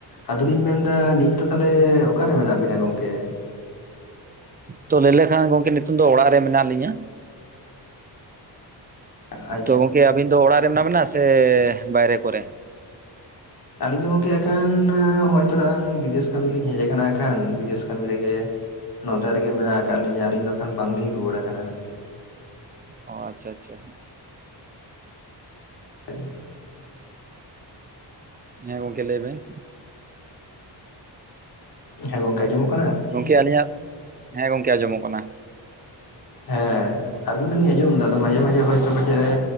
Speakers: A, on the left (about 55°); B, on the right (about 25°).
A: ᱟᱫᱚᱞᱤᱧ ᱢᱮᱱᱫᱟ ᱱᱤᱛ ᱫᱚ ᱛᱟᱦᱚᱞᱮ ᱚᱠᱟᱨᱮ ᱢᱮᱱᱟᱜ ᱵᱤᱱᱟ ᱜᱚᱝᱠᱮ?
B: ᱛᱚ ᱞᱟᱹᱭ ᱞᱮᱠᱷᱟᱱ ᱜᱚᱝᱠᱮ ᱱᱤᱛᱚᱝ ᱫᱚ ᱚᱲᱟᱜ ᱨᱮ ᱢᱮᱱᱟᱜ ᱨᱮ ᱞᱤᱧᱟ᱾
A: ᱟᱪ
B: ᱛᱚ ᱜᱚᱝᱠᱮ ᱟᱵᱤᱱ ᱫᱚ ᱚᱲᱟᱜ ᱨᱮ ᱢᱮᱱᱟᱜ ᱵᱤᱱᱟ ᱥᱮ ᱵᱟᱭᱨᱮ ᱠᱚᱨᱮ, ᱾
A: ᱟᱹᱞᱤᱧ ᱫᱚ ᱜᱚᱢᱠᱮ ᱮᱠᱷᱟᱱ ᱱᱚᱜᱼᱚᱭ ᱛᱷᱚᱲᱟ ᱵᱤᱫᱮᱥ ᱠᱟᱹᱢᱤ ᱨᱮ ᱞᱤᱧ ᱦᱮᱡ ᱠᱟᱱᱟ ᱟᱠᱷᱟᱱ ᱵᱤᱫᱮᱥ ᱠᱟᱹᱢᱤ ᱨᱮᱜᱮ, ᱾ ᱱᱚᱛᱮ ᱨᱮᱜᱮ ᱢᱮᱱᱟᱜ ᱟᱠᱟᱫ ᱞᱤᱧᱟᱹ ᱟᱹᱞᱤᱧ ᱫᱚ ᱠᱷᱟᱱ ᱵᱟᱝ ᱞᱤᱧ ᱨᱩᱣᱟᱹᱲ ᱟᱠᱟᱱᱟ, ᱾
B: ᱚ ᱟᱪᱪᱷᱟ ᱟᱪᱪᱷᱟ, ᱾
A: <inaudible>
B: ᱦᱮᱸ ᱜᱚᱝᱠᱮ ᱞᱟᱹᱭᱵᱤᱱ?,
A: ᱦᱮᱸ ᱜᱚᱝᱠᱮ ᱟᱸᱡᱚᱢᱚᱜ ᱠᱟᱱᱟ?
B: ᱜᱚᱢᱠᱮ ᱟᱹᱞᱤᱧᱟᱜ ᱦᱮᱸ ᱜᱚᱝᱠᱮ ᱟᱸᱡᱚᱢᱚᱜ ᱠᱟᱱᱟ, ᱾
A: ᱦᱮᱸ ᱟᱵᱤᱱ ᱫᱚ ᱞᱤᱧ ᱟᱸᱡᱚᱢ ᱮᱫᱟ ᱟᱫᱚ ᱢᱟᱡᱷᱮ ᱢᱟᱡᱷᱮ ᱦᱚᱭᱛᱚ ᱯᱟᱪᱮᱫ ᱮ